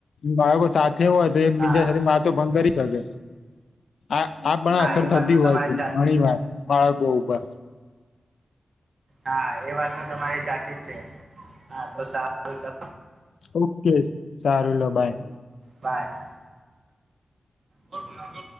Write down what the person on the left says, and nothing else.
બાળકો સાથે હોય તો એક
બીજા સાથે વાતો ભંગ કરી શકે. આ આ પણ
અસર
થતી
હોય
છે
ઘણી વાર બાળકો ઉપર.
ઓકે સારું લ બાય